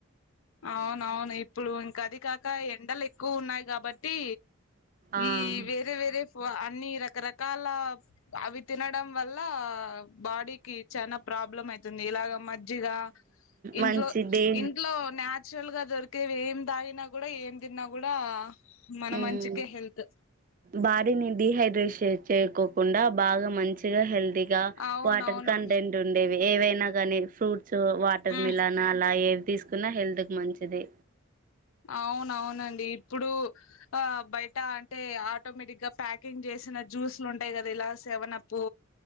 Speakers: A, on the left; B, on the right.
A: అవునవును ఇప్పుడు ఇంకది కాక ఎండలెక్కువ ఉన్నాయి కాబట్టి
B: ఆ
A: ఈ వేరే వేరే క్కువ అన్ని రకరకాల అవి తినడం వల్ల బాడీకి చాన ప్ర ప్రాబ్లం అయితుంది ఇలాగ మజ్జిగ ఇంట్లో
B: మంచిది
A: ఇంట్లో నాచురల్గా దొరికేవేం తాగిన కూడా ఏం తిన్నా కూడా మన
B: మ్మ్
A: మంచికే హెల్త్
B: బాడిని డిహైడ్రేష్ చేయకోకుండా బాగా మంచిగా హెల్తీగా
A: అవునవును
B: వాటర్ కంటెంట్ ఉండేవి ఏవై నకాని ఫ్రూట్స్ వాటర్
A: ఉ
B: మిలాన్ అలా ఏవి తీసుకున్నా హెల్త్కి మంచిది.
A: అవునవునండి ఇప్పుడు ఆ బయట అంటే ఆటోమేటిక్గా ప్యాకింగ్ చేస్ సిన జ్యూస్లు ఉంటాయ్ కదా ఇలా సెవనప్పు